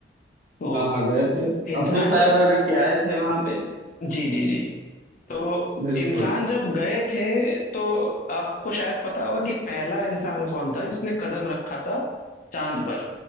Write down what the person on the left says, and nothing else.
तो
इंसान
जब
जी जी जी तो
इंसान जब गए थे तो आपको शायद पता होगा कि पहला इंसान कौन था जिसने कदम रखा था चांद पर